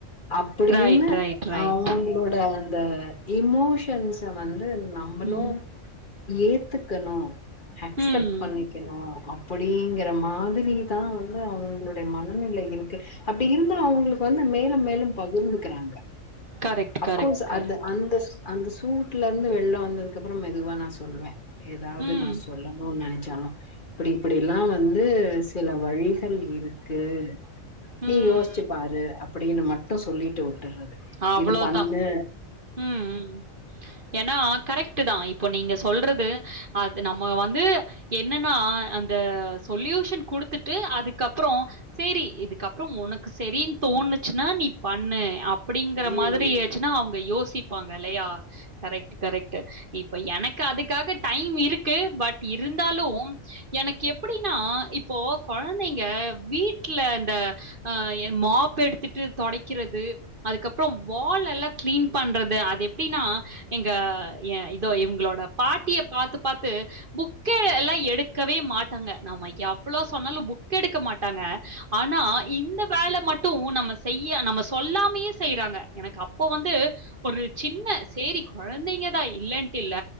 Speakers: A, on the left; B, on the right.
A: அப்படின்னு
B: ரைட், ரைட், ரைட்.
A: அவங்களோட அந்த இமோஷன்ஸ வந்து நம்மளு
B: ம்.
A: ஏத்துக்கணு அக்செப்ட்
B: ம்.
A: பண்ணி க்கணு அப்டிங்கற மாதிரிதா வந்து அவுங்களுடைய மனநிலை இருக்கு அப்படி இருந்தா அவங்களுக்கு வந்து மேலு மேலு பகிர்ந்துக்குறாங்க
B: கரெக்ட்,
A: அஃப்கோர்ஸ்
B: கரெக்ட், கரெக்ட்.
A: அது அந்த அந்த சூட்ல இருந்து வெள்ல வந்ததுக்கு அப்புறோ மெதுவா நா சொல்ரே ஏதாவது
B: ம்.
A: நா சொல்லணு நினைச்சாலு இப்படி இப்படிலா வந்து சில வழிகள் இருக்கு நீ
B: ம்.
A: யோசிச்சி பாரு அப்டின்னு மட்டு சொல்லிட்டு விட்டுறது
B: அவ்ளோதான்.
A: இது பண்ணு
B: ம். ம். ஏன்னா கரெக்ட் தா இப்போ நீங்க சொல்றது அது நம்ம வந்து என்னன்னா அந்த சொலியூஷன் குடுத்துட்டு அதுக்கப்புறோ சரி இதுக்கப்புறோ உனக்கு சரின்னு தோணுச்சின்னா நீ பண்ணு அப்படிங்கற
A: ம்
B: மாதிரி இருந்துச்சின்னா அவுங்க யோசிப்பாங்க இல்லையா கரெக்ட் கரெக்ட் இப்ப எனக்கு அதுக்காக டைம் இருக்கு பட் இருந்தாலு எனக்கு எப்படின்னா இப்போ குழந்தைங்க வீட்டில் அந்த ஆ என் மாப் எடுத்துட்டு தொடைக்கிறது அதுக்கப்புறோ வால் எல்லா கிளீன் பண்ணுறது அது எப்படின்னா எங்க ஏ இதோ இவங்களோட பாட்டிய பாத்து பாத்து புக்க எல்லா எடுக்கவே மாட்டாங்க நம்ம எவ்வளவு சொன்னாலு புக் எடுக்க மாட்டாங்க ஆனா இந்த வேலை மட்டும் நம்ம செய்ய நம்ம சொல்லாமயே செய்யறாங்க எனக்கு அப்போ வந்து ஒரு சின்ன சேரி குழந்தைங்க தா இல்லன்ட்டு இல்ல